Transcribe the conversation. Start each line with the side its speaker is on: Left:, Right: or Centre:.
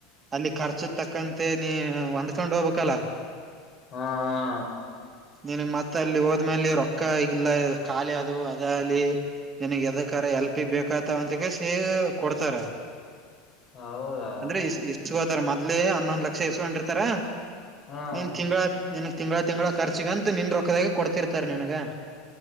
Right: ಅಲ್ಲಿ ಖರ್ಚು ತಕ್ಕಂತೆ ನೀ ಹೊಂದ್ಕೊಂಡ್ ಹೋಗ್ಬೇಕಲ್ಲ
Left: ಹಾ ಹ
Right: ನನ್ಗ್ ಮತ್ತ ಅಲ್ಲಿ ಹೋದ್ಮೇಲೆ ರೊಕ್ಕ ಇಗಲ್ಲ ಖಾಲಿ ಅದು ಅದ ಅಲ್ಲಿ ನಿನಗ್ ಎದಕ್ಕ ಎಲ್ ಪಿ ಬೇಕಾತ ಅಂತಗೆ ಸಿ ಕೊಡ್ತಾರೆ
Left: ಹೌದಾ
Right: ಅಂದ್ರೆ ಎಸ್ಕೋತಾರ ಮೊದ್ಲೆೇ ಹನ್ನೊಂದ್ ಲಕ್ಷ ಎಸ್ಕೊಂಡಿರ್ತಾರ
Left: ಹಾ
Right: ನೀನ್ ತಿಂಗಳ ನಿನ್ಗ್ ತಿಂಗಗಳ ತಿಂಗ್ಗಳ ಖರ್ಚಗಂತ ನಿನ್ ರೊಕ್ಕದಾಗ ಕೊಡ್ತಿರ್ತಾರ್ ನನ್ಗ